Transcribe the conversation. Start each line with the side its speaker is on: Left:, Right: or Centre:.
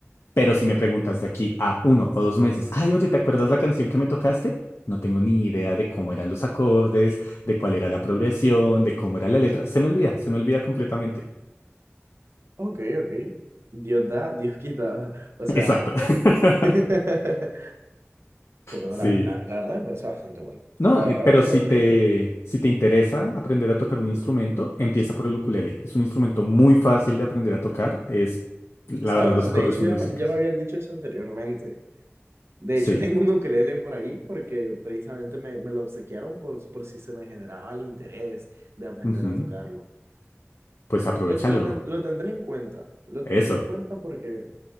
Left: pero si me preguntas de aquí a uno o dos meses, ay, oye, ¿te acuerdas la canción que me tocaste? No tengo ni idea de cómo eran los acordes, de cuál era la progresión, de cómo era la letra. Se me olvida, se me olvida completamente.
Right: Ok, ok. Dios da, Dios quita. <laughs> O sea,
Left: <laughs> Exacto. <laughs>
Right: <laughs> pues bueno,
Left: Sí.
Right: la, la- la verdad me parece bastante bueno.
Left: No,
Right: A-
Left: eh, pero
Right: Ahora, que
Left: si
Right: lo comiendo,
Left: te, si te interesa aprender a tocar un instrumento, empieza por el ukulele. Es un instrumento muy fácil de aprender a tocar. Es, la
Right: ¿sabes?
Left: verdad, los acordes
Right: De hecho,
Left: son
Right: ya,
Left: muy
Right: me-
Left: simples.
Right: ya me habían dicho eso anteriormente. De
Left: Sí.
Right: hecho, <laughs> tengo un ukelele por ahí porque precisamente me, me lo obsequiaron por, por si se me generaba el interés de aprender
Left: Ujú.
Right: a tocarlo.
Left: Pues aprovéchalo.
Right: Lo, lo, ten- lo tendré en cuenta, lo
Left: Eso.
Right: tendré en cuenta porque